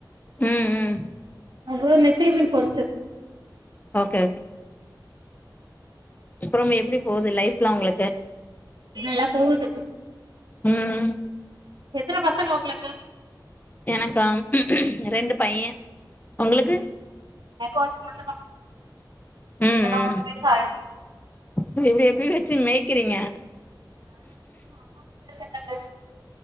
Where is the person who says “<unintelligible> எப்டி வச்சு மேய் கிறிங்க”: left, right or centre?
Left